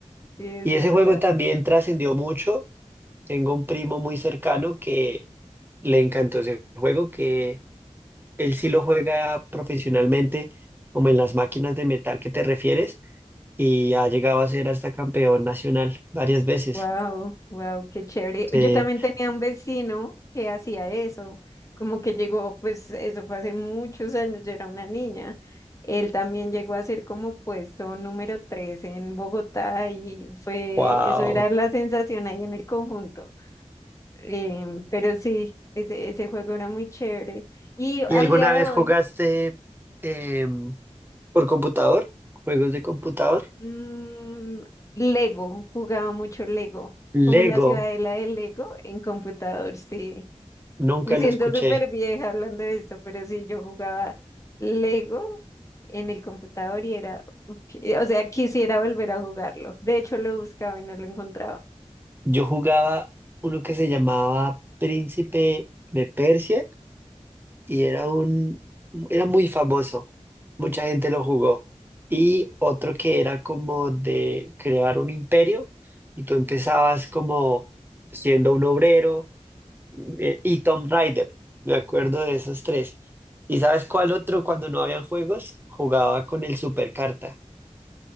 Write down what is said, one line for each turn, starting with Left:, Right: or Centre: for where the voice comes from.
Left: Sí, es
Right: Y ese
Left: verdad.
Right: juego también trascendió mucho. Tengo un primo muy cercano que le encantó ese juego, que él sí lo juega profesionalmente, como en las máquinas de metal que te refieres, y ha llegado a ser hasta campeón nacional varias veces.
Left: Wow, wow, qué chévere.
Right: Sí,
Left: Yo también tenía un vecino que hacía eso, como que llegó, pues eso fue hace muchos años, yo era una niña. Él también llegó a ser como puesto número tres en Bogotá y fue,
Right: wow.
Left: eso era la sensación ahí en el conjunto. Em, pero sí, ese, ese juego era muy chévere. Y
Right: ¿Y
Left: al
Right: alguna
Left: día de
Right: vez
Left: hoy,
Right: jugaste? em, por computador, juegos de computador.
Left: mm, Lego, jugaba mucho Lego, como
Right: Lego,
Left: la ciudadela de Lego en computador, sí.
Right: nunca
Left: Me
Right: lo
Left: siento
Right: escuché.
Left: súper vieja hablando de esto, pero sí, yo jugaba Lego en el computador y era, ok, o sea, quisiera volver a jugarlo. De hecho, lo buscaba y no lo encontraba.
Right: Yo jugaba uno que se llamaba Príncipe de Persia y era un, era muy famoso. Mucha gente lo jugó. Y otro que era como de crear un imperio y tú empezabas como siendo un obrero eh, y Tom Raider. Me acuerdo de esos tres. ¿Y sabes cuál otro cuando no habían juegos? Jugaba con el Supercarta.